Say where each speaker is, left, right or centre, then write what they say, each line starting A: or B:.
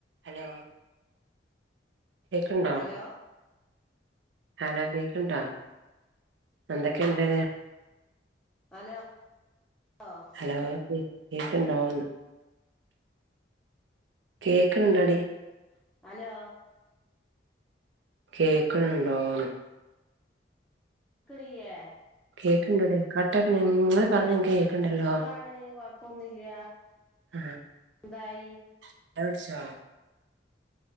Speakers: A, on the right; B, in the centre.
A: Hello കേക്ക്ണ്ടോ
B: hello
A: hello കേക്ക്ണ്ടോ എന്തൊക്കെണ്ട്
B: അലോ <unintelligible>
A: ഹലോ കേ കേക്ക്ണ്ടോന്ന് കേക്ക്ണ്‌ണ്ടൊടി
B: അലോ
A: കേക്ക്ണ്‌ണ്ടോന്ന്
B: ക്റീയേ
A: കേക്ക്ണ്ടെടി കട്ടാക്ക്ണ് ഇങ്ങെള് പറ്യ്ണെ ഇൻക്ക് കേക്ക്ണ്ടല്ലോ
B: സുഖാണ് കൊഴപ്പൊന്നുമില്ല
A: ആഹ്
B: എന്തായി
A: ങ്ങെള് കുട്‌ച്ചാേ